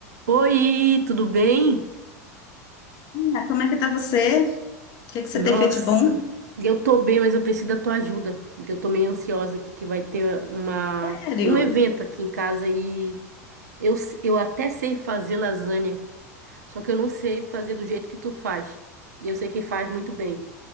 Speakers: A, on the right; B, on the left.
A: Oi, tudo bem?
B: Ah, Como é que tá você? O que é que você
A: Nossa,
B: tem feito de bom?
A: eu tô bem, mas eu preciso da tua ajuda. Eu tô meio ansiosa aqui que vai ter uma,
B: Sério?
A: um evento aqui em casa e eu, s- eu até sei fazer lasanha, só que eu não sei fazer do jeito que tu faz. E eu sei que faz muito bem.